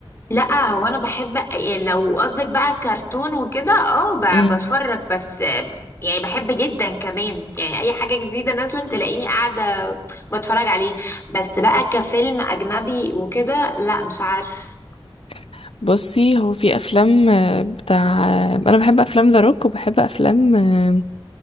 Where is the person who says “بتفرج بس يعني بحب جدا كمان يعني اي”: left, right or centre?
Left